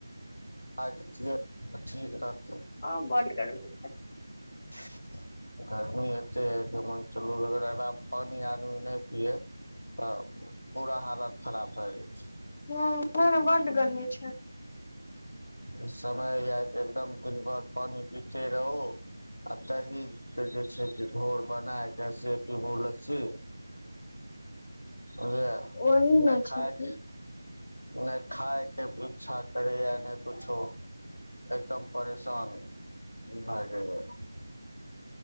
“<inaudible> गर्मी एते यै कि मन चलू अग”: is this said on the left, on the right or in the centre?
Left